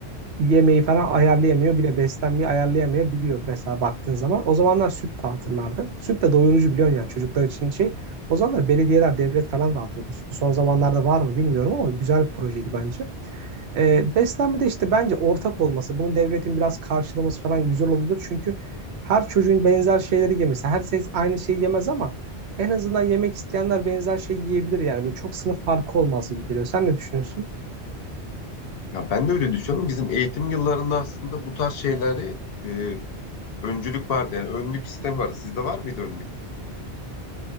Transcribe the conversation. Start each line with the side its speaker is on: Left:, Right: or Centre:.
Right: yemeği falan ayarlayamıyor bile beslenmeyi ayarlayamayabiliyor mesela baktığın zaman. O zamanlar süt dağıtırlardı. Süt de doyurucu biliyorsun yani çocuklar için şey. O zamanlar belediyeler, devlet falan dağıtıyordu sütü. Son zamanlarda var mı bilmiyorum ama güzel bir projeydi bence. Ee, beslenmede işte bence ortak olması, bunun devletin biraz karşılaması falan güzel olurdu. Çünkü her çocuğun benzer şeyleri yemesi, her herkes aynı şeyi yemez ama en azından yemek isteyenler benzer şeyi yiyebilir yani. Böyle çok sınıf farkı olmaz gibi geliyor. Sen ne düşünüyorsun?
Left: Ya ben de öyle düşünüyorum. Bizim eğitim yıllarında aslında bu tarz şeyleri e, öncülük vardı. Yani önlük sistemi vardı. Sizde var mıydı önlük?